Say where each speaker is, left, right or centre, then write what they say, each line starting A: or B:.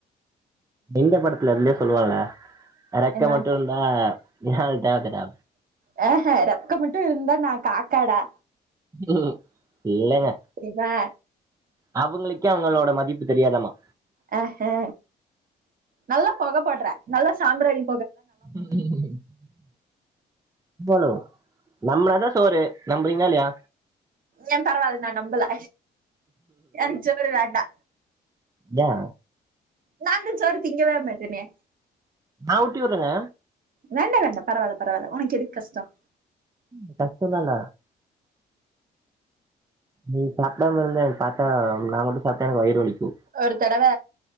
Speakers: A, on the right (about 20°); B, on the right (about 50°).
A: எங்க படத்துல விவேக் சொல்லுவங்கல இறக்க
B: என்ன
A: மட்டும் இருந்தா <unintelligible>
B: ஹே ஹ இறக்க மட்டு இருந்தா நா காக்காடா
A: <inaudible> இல்லங்க
B: சேரி பா
A: அவுங்களுக்கே அவுங்களோட மதிப் தெரியாதாம்மா
B: ஆ ஆ நல்லா புகப்போட்ற நல்லா சாம்ப்ராணி
A: <inaudible> ணு நம்பனாதா சோறு நம்புறீங்களா இல்லையா
B: ஏ பரவால்ல நா நம்பல எனக்கு ஜோறு வேண்டா
A: யா
B: நா தா சோறு திங்கவே மாட்டனே
A: நா ஊட்டி வுட்றேங்க
B: வேண்டா வேண்டா பரவால்ல பரவால்ல உனக்கு எதுக்கு கஷ்டம்
A: ஆ டக்குனல நீ சாப்டாம இருந்தா எனக் பாத்தா நா மட்டு சாப்ட்டா எனக்கு வயிறு வலிக்கு
B: ஒரு தடவ